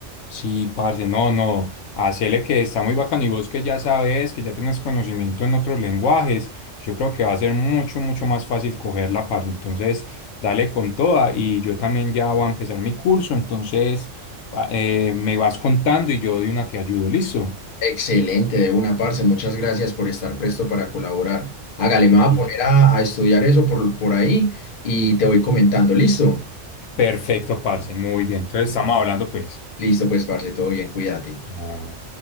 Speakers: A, on the left; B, on the left.
A: Sí, parce, no, no, hacele que está muy bacano y vos que ya sabes, que ya tienes conocimiento en otros lenguajes, yo creo que va a ser mucho, mucho más fácil cogerla, parce. Entonces, dale con toda y yo también ya voy a empezar mi curso, entonces pa- eh, me vas contando y yo de una te ayudo, ¿listo?
B: Excelente, de una parce. Muchas gracias por estar presto para colaborar. Hágale, me
A: Y-
B: voy a poner a, a estudiar eso por, por ahí y te voy comentando. ¿Listo?
A: Perfecto, parce, muy bien. Entonces, estamos hablando, pues.
B: Listo, pues, parce, todo bien, cuídate.
A: Ah.